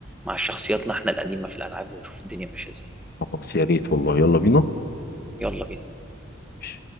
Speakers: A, in the centre; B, on the left.
A: مع شخصياتنا احنا القديمة في الالعاب ونشوف الدنيا ماشية ازاي
B: خلاص يا ريت والله يلا بينا
A: يلا بينا
B: ماشي.